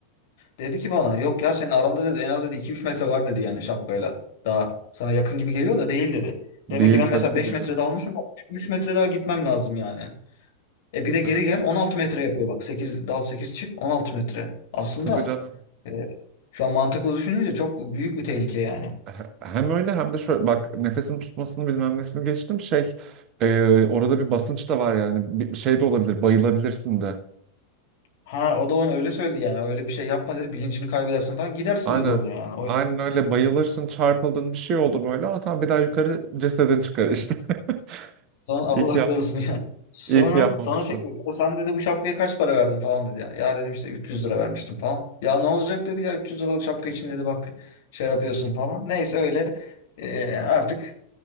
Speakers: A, on the left (about 50°); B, on the right (about 35°).
A: Dedi ki bana yok ya senin aranda dedi en az dedi 2-3 metre var dedi yani şapkayla. Daha sana yakın gibi geliyor da değil dedi.
B: Değil
A: Demek ki ben
B: tabii
A: mesela
B: ki
A: 5
B: değilim.
A: metre dalmışım 3 metre daha gitmem lazım yani. E bir de geri
B: Evet.
A: gel 16 metre yapıyor bak. 8 dal 8 çık 16 metre. Aslında
B: Tabii canım.
A: e, şu an mantıklı düşününce çok büyük bir tehlike yani.
B: He- Hem öyle hem de şöyle bak nefesini tutmasını bilmem nesini geçtim şey e, orada bir basınç da var yani bir şey de olabilir bayılabilirsin de.
A: Ha o da onu öyle söyledi yani. Öyle bir şey yapma dedi. Bilincini kaybedersin falan. Gidersin
B: Aynen.
A: dedi orada yani. O
B: Aynen
A: yüzden
B: öyle bayılırsın, çarpıldın bir şey oldu böyle. Atan bir daha yukarı cesedin çıkar işte. <laughs>
A: sana Allah
B: İyi ki yap,
A: korusun ya. Sonra
B: iyi ki yapmamışsın.
A: sonra şey dedi. "Ya Sen dedi bu şapkaya kaç para verdin falan dedi ya. Ya dedim işte 300 lira vermiştim falan. Ya ne olacak dedi ya 300 liralık şapka için dedi bak şey yapıyorsun falan. Neyse öyle e, artık